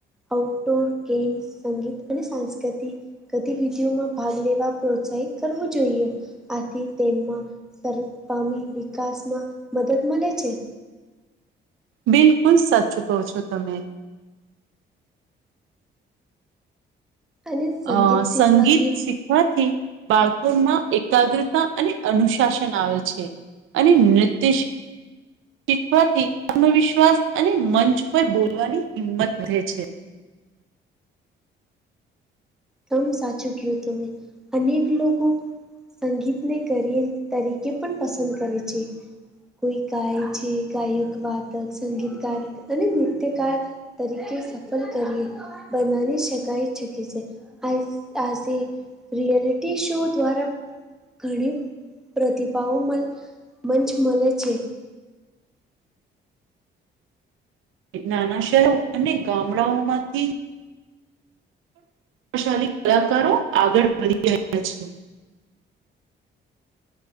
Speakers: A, in the centre; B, on the right (about 85°).
A: આઉટડોર ગેમ્સ સંગીત અને સાંસ્કૃતિક ગતિવિધિઓમાં ભાગ લેવા પ્રોત્સા. હિત કરવું જોઈએ આથી તેમમાં સરપામી વિકાસમાં મદદ મળે છે.
B: બિલકુલ સાચું કહો છો તમે.
A: અને સંગીત
B: અ
A: શીખવાથી
B: સંગીત શ. થી બાળકોમાં એકાગ્રતા અને અનુશાસન આવે છે. અને નૃત્ય શી ખવાથી આત્મવિશ્વાસ અને મંચ પર બોલવાની હિંમત વધે છે.
A: તમ સાચું કયું તમે અનેક લોકો સંગીતને કરીયર તરીકે પણ પસંદ કરે છે. કોઈ ગાય છે ગાયક વાતક, સંગીતકારક અને નૃત્યકાર તરીકે સફળ કરીયર બનાવી શકાય શકે છે. આ આસી રિયાલિટી શો દ્વારા ઘીણી પ્રતિભાઓ મંચ મલે છે.
B: એ નાનાં શહેરો અને ગામડાઓમાંથી પ્રશા કલાકારો આગળ વધી રહ્યા છે.